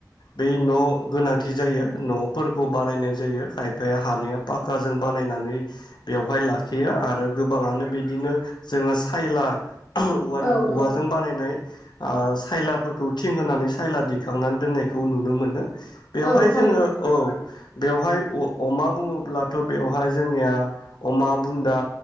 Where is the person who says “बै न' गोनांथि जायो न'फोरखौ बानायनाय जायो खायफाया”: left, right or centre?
Left